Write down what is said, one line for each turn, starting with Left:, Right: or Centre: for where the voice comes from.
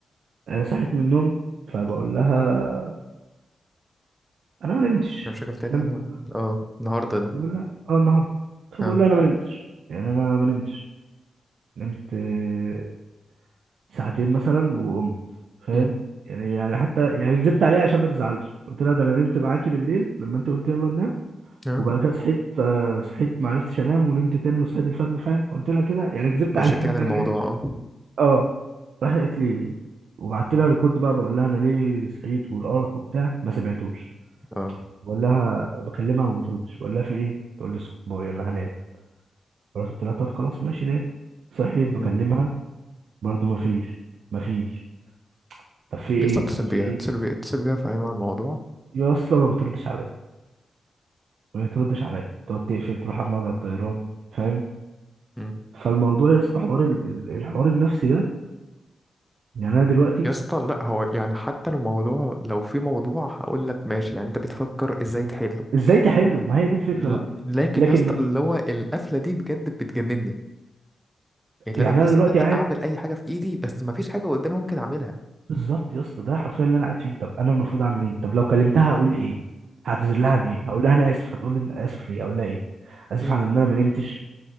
Right: آه، صحيت من النوم فبقول لها انا ما نمتش
Centre: مشاكل تانية
Right: فاهم
Centre: يعني ولا- اه النهارده ده
Right: بقول لها اه النهارده فبقول
Centre: اه
Right: لها انا ما نمتش يعني انا ما نمتش نمت آه، ساعتين مثلا وقمت فاهم
Centre: مم.
Right: يعني يعني حتى يعني كذبت عليها عشان ما تزعلش قلت لها ده انا نمت معاكي بالليل لما انت قلت يلا ننام
Centre: اه
Right: وبعد كده صحيت آه، صحيت ما عرفتش انام ونمت تاني وصحيت الفجر فاهم قلت لها كده يعني كذبت
Centre: مشاكل
Right: عليها <laughs> ان
Centre: يعني الموضوع
Right: انا نمت
Centre: اه
Right: اه راح قالت لي وبعت لها ريكورد بقى بقول لها انا ليه صحيت والارق وبتاع ما سمعتوش
Centre: اه
Right: بقول لها بكلمها ما بتردش بقول لها في ايه تقول لي اسكت بقى يلا هنام خلاص قلت لها طب خلاص ماشي نام صحيت بكلمها
Centre: مم.
Right: برضو ما فيش ما فيش طب في ايه
Centre: يا اسطى اتصل بيها
Right: في ايه
Centre: اتصل بيها اتصل بيها فاهمها الموضوع
Right: يا اصلا ما بتردش عليا ما بتردش عليا تقعد تقفل تروح عامله على الطيران فاهم
Centre: مم.
Right: فالموضوع يا اسطى حوار ال- ال- الحوار النفسي ده يعني انا دلوقتي
Centre: يا اسطى لا هو يعني حتى الموضوع لو في موضوع هقول لك ماشي يعني انت بتفكر ازاي تحله
Right: ازاي تحله ما هي دي الفكره
Centre: ل-
Right: بقى
Centre: لكن
Right: لكن
Centre: يا اسطى
Right: من-
Centre: اللي هو القفله دي بجد بتجنني يعني اللي
Right: يعني
Centre: انا بحس
Right: انا دلوقتي
Centre: ان انا
Right: قاعد
Centre: اعمل اي حاجه في ايدي بس ما فيش حاجه قدامي ممكن اعملها
Right: بالظبط يا اسطى ده حرفيا اللي انا قاعد فيه طب انا المفروض اعمل ايه طب لو كلمتها اقول ايه هعتذر لها
Centre: مم.
Right: عن ايه هقول لها انا اسف هتقول لي انا اسف ليه اقول لها ايه اسف
Centre: مم.
Right: على ان انا ما نمتش